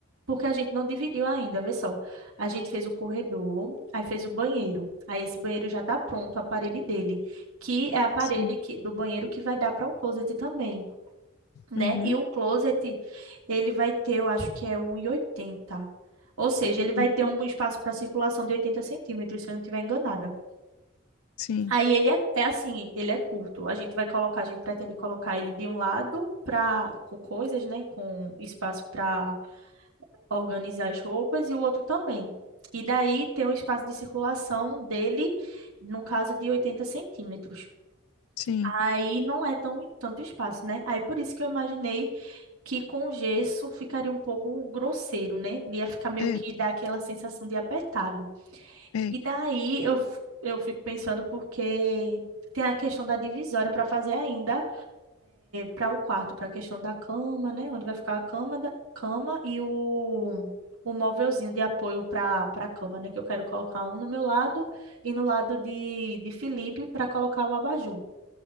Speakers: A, on the right; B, on the left.
A: porque a gente não dividiu ainda, vê só. A gente fez o corredor, aí fez o banheiro. Aí esse banheiro já tá pronto, a parede dele, que é a parede
B: Sim.
A: que, do banheiro que vai dar para o closet também né?
B: Uhum,
A: E o closet, ele vai ter, eu acho que é um e oitenta Ou seja, ele vai
B: uhum.
A: ter um espaço para circulação de 80 centímetros, se eu não estiver enganada.
B: Sim,
A: Aí ele é, é assim, ele é curto. A gente vai colocar, a gente pretende colocar ele de um lado para com coisas, né? Com espaço para organizar as roupas e o outro também. E daí tem um espaço de circulação dele, no caso de 80 centímetros.
B: sim,
A: Aí não é tão, tanto espaço, né? Aí por isso que eu imaginei que com gesso ficaria um pouco grosseiro, né? Ia ficar meio
B: é,
A: que dar aquela sensação de apertado.
B: é,
A: E daí eu, f- eu fico pensando porque tem a questão da divisória para fazer ainda para o quarto, para a questão da cama, né? Onde vai ficar a cama, da, cama e o, o móvelzinho de apoio para para a cama, né? Que eu quero colocar um no meu lado e no lado de, de Felipe para colocar o abajur.